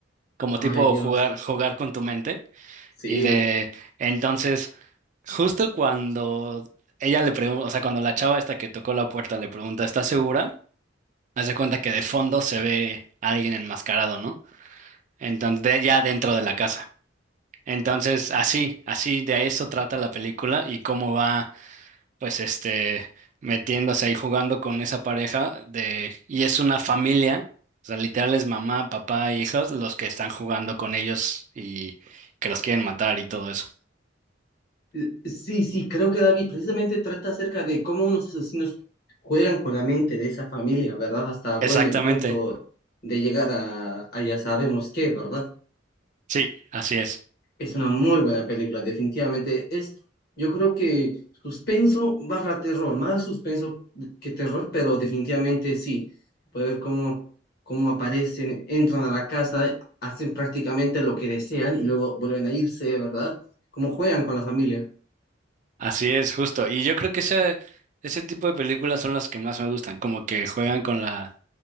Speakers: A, on the right; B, on the left.
A: como
B: Ay,
A: tipo
B: Dios.
A: jugar, jugar con tu mente.
B: Sí.
A: Y de entonces, justo cuando ella le pregunta, o sea, cuando la chava esta que tocó la puerta le pregunta, ¿estás segura? Haz de cuenta que de fondo se ve a alguien enmascarado, ¿no? Entonces, de allá dentro de la casa. Entonces, así, así de eso trata la película y cómo va, pues, este, metiéndose ahí jugando con esa pareja de, y es una familia, o sea, literal es mamá, papá, e hijos, los que están jugando con ellos y que los quieren matar y todo eso.
B: Eh, Sí, sí, creo que la vi. Precisamente trata acerca de cómo unos asesinos juegan con la mente de esa familia, ¿verdad? Hasta, bueno,
A: Exactamente,
B: el punto de llegar a, a ya sabemos qué, ¿verdad?
A: sí, así es,
B: Es una muy buena película, definitivamente. Es, yo creo que suspenso barra terror, más suspenso que terror, pero definitivamente sí. Puede ver cómo, cómo aparecen, entran a la casa, hacen prácticamente lo que desean y luego vuelven a irse, ¿verdad? Cómo juegan con la familia,
A: así es, justo. Y yo creo que ese, ese tipo de películas son las que más me gustan, como que juegan con la,